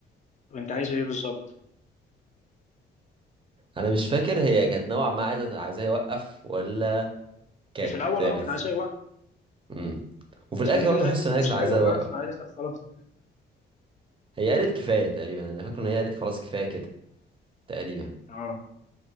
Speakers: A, on the left; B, on the right.
A: طب انت عايزه ايه بالظبط
B: أنا مش فاكر هي كانت نوعا ما عايزة عايزاه يوقف ولا كانت
A: في الاول
B: بت...
A: اه كنت عايز
B: امم وفي
A: بس
B: الاخر
A: بعد كده
B: برضه
A: لقيت
B: حاسس
A: الفلوس
B: ان هي كانت عايزه
A: حلوه بقى
B: اوقف
A: فقالت لك خلاص
B: هي قالت كفايه تقريبا انا فاكر ان هي قالت خلاص كفايه كده تقريبا
A: اه